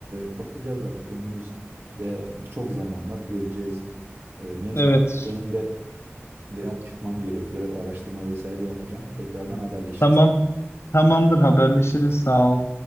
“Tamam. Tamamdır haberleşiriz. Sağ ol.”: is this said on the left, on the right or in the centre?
Left